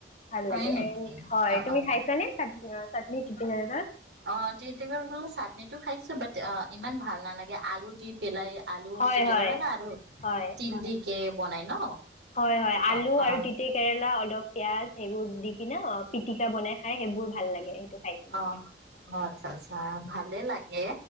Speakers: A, on the left; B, on the right.
A: ভাল
B: হয়
A: লাগে
B: নেকি
A: এণ্ড হয়
B: অঁ
A: তুমি
B: অঁ
A: খাইছানে চাট- চাটনি তিতা কেৰেলাৰ
B: অঁ তেতি কেৰেলাৰ চাটনিটো খাইছো বাট অঁ ইমান ভাল নালাগে আলু দি পেলাই আলু
A: হয়
B: দি পেলাই,
A: হয়
B: কেৰেলাৰ আৰু
A: হয়
B: তিনি দি কে বনাই ন
A: হয় হয় আলু
B: অ', অ',
A: আৰু তিতে কেৰেলা অলপ পিয়াজ সেইবোৰ দি কিনে অঁ পিটিকা বনাই খাই সেইবোৰ ভাল লাগে। খাই কিনা
B: অঁ অঁ আচ্ছা আচ্ছা ভালে লাগে